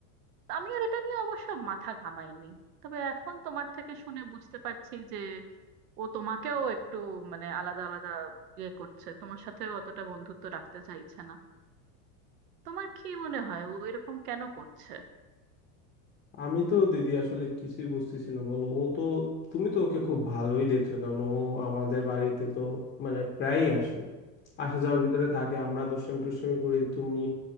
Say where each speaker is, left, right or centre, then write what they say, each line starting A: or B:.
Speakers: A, on the right; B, on the left.
A: তো আমি আর এটা নিয়ে অবশ্য মাথা ঘামাইনি তবে এখন তোমার থেকে শুনে বুঝতে পারছি যে ও তোমাকেও একটু মানে আলাদা আলাদা ইয়ে করছে তোমার সাথেও অতটা বন্ধুত্ব রাখতে চাইছে না তোমার কি মনে হয় ও এরকম কেন করছে
B: আমি তো দিদি আসলে কিছুই বুঝতেছি না বলো ও তো তুমি তো ওকে খুব ভালোই দেখছো কারণ ও আমাদের বাড়িতে তো মানে প্রায়ই আসে আসা যাওয়ার ভিতরে থাকে আমরা দুষ্টামি টুষ্টামি করি তুমি